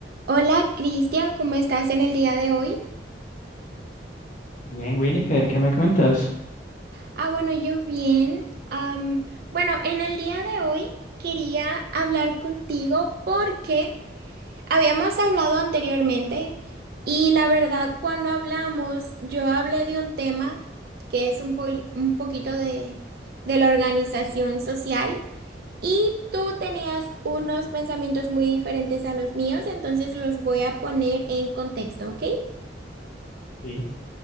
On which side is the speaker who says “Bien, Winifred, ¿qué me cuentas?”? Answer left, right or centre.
Left